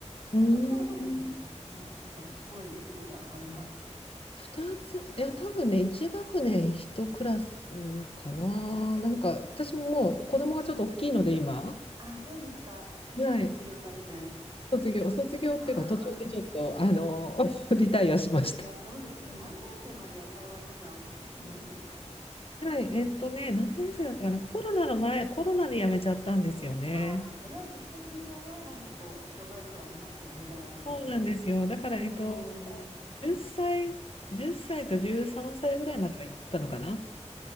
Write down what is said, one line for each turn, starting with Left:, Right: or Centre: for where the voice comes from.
Left: うーん、
Right: まあ、そちらもそうかもしれないですけどね、だからすごい規模があるなって
Left: 2つ、いや、多分ね、1学年1クラスかな。なんか、私ももう子供がちょっと大きいので、今、
Right: あ、そうですか。
Left: はい、
Right: ご卒業されて。
Left: 卒業、卒業っていうか、
Right: あ
Left: 途中でちょっと、
Right: あ、
Left: あの、<laughs> リタイアしました。
Right: いや、そうです。え、何年生まで通われたかお聞きしてもいいですか
Left: はい、えっとね、何年生だったかな、コロナの前、コロナで辞めちゃったんですよね。
Right: ああ、でもそれはシステム的なね、なんかこう、障害ではありましたよね、だいぶ。
Left: そうなんですよ。だから、
Right: うーん。
Left: えっと、10歳、1歳と13歳ぐらいまでは行ったのかな。